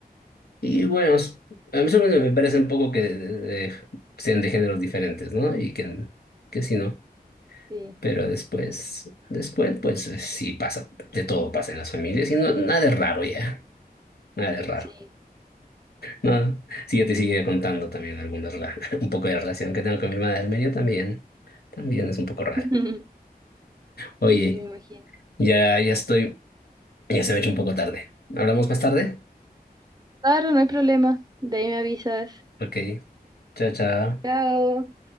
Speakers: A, on the left; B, on the right.
A: Y bueno, s- a mí solo me parece un poco que de- de- de- sean de géneros diferentes, ¿no? Y que, que sí, ¿no?
B: Sí,
A: Pero después, después, pues eh, sí pasa, de todo pasa en las familias y no, nada es raro ya, nada es raro,
B: sí.
A: ¿no? Sí, yo te sigue contando también algunas, rela- <laughs> un poco de la relación que tengo con mi hermana del medio también, también es un poco rara.
B: <laughs>
A: Oye,
B: Sí, yo me imagino.
A: ya, ya estoy, ya se me ha hecho un poco tarde. ¿Hablamos más tarde?
B: Claro, no hay problema. De ahí me avisas.
A: Ok, chao, chao.
B: Chao.